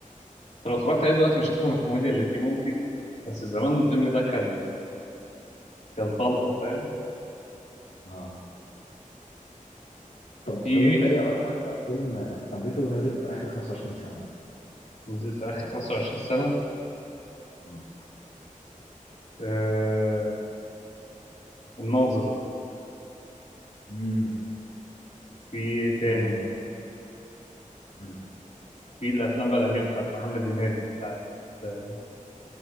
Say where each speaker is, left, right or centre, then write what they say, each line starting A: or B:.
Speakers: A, on the left (about 55°); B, on the left (about 85°).
A: انت لو اتفرجت عليه دلوقتي مش هتفهم الكوميديا اللي فيه ممكن بس زمان الفيلم ده كان كان طلقه فاهم
B: اه طب
A: في
B: طب انت ايه أك- اكتر فيلم حبيته نازل في اخر 25 سنة مثلا
A: نزل في اخر 25 سنه
B: مم.
A: آه الناظر
B: امم
A: في إيه تاني
B: فيلم الناظر حلو.
A: في الافلام بقى القديمه بتاعت محمد هنيدي بتاعت آه